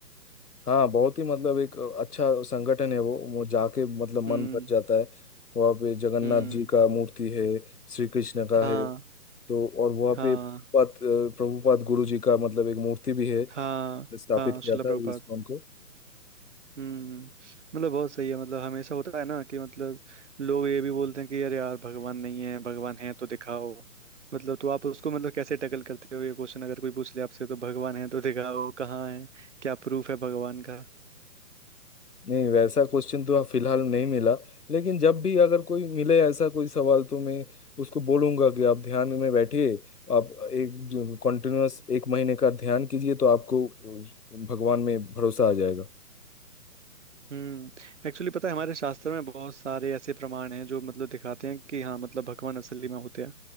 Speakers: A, on the left; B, on the right.
A: हाँ बहुत ही मतलब एक अच्छा संगठन है वो वो जाके मतलब
B: हम्म
A: मन भर जाता है वहाँ पे जगन्नाथ
B: हम्म
A: जी का मूर्ति है श्री कृष्ण का
B: हाँ
A: है तो और वहाँ
B: हाँ
A: पे प्रभुपाद प्रभुपाद गुरु जी का मतलब एक मूर्ति भी है
B: हाँ
A: स्थापित
B: हाँ
A: किया
B: शिला प्रभुपाद
A: था इस्कॉन को
B: हम्म मतलब बहुत सही है मतलब हमेशा होता है ना कि मतलब लोग ये भी बोलते हैं कि यार यार भगवान नहीं है भगवान है तो दिखाओ मतलब तो आप उसको मतलब कैसे टैकल करते हो ये क्वेश्चन अगर कोई पूछ ले आपसे तो भगवान है तो दिखाओ कहाँ है क्या प्रूफ है भगवान का
A: नहीं वैसा क्वेश्चन तो फिलहाल नहीं मिला लेकिन जब भी अगर कोई मिले ऐसा कोई सवाल तो मैं उसको बोलूंगा कि आप ध्यान में बैठिए आप एक कंटिन्यूअस एक महीने का ध्यान कीजिए तो आपको अ, भगवान में भरोसा आ जाएगा
B: हम्म एक्चुअली पता है हमारे शास्त्र में बहुत सारे ऐसे प्रमाण हैं जो मतलब दिखाते हैं कि हाँ मतलब भगवान असली में होते हैं